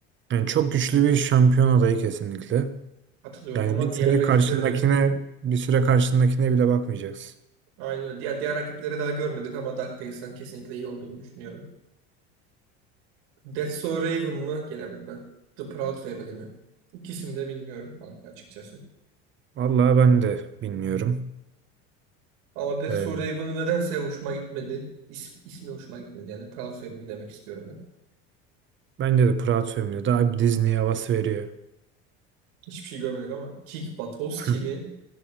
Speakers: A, on the right (about 40°); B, on the right (about 75°).
A: Yani çok güçlü bir şampiyon adayı kesinlikle.
B: Hatırlıyorum
A: Yani
B: ama
A: bir süre
B: diğer rakipleri
A: karşındakine
B: de
A: bir süre karşındakine bile bakmayacaksın.
B: aynı öyle. Diğer, diğer rakipleri daha görmedik ama DuckTales'tan kesinlikle iyi olduğunu düşünüyorum. That's So Raven mı? Gene burada. The Proud Family mi? İkisini de bilmiyorum kanka açıkçası.
A: Vallahi ben de bilmiyorum.
B: Ama That's
A: Ee,
B: So Raven'ı nedense hoşuma gitmedi. İsmi ismi hoşuma gitmedi. Yani Proud Family demek istiyorum ben.
A: bence de Pırat filmi de daha bir Disney havası veriyor.
B: Hiçbir şey görmedik ama. Kick Buttowski
A: <laughs>
B: mi?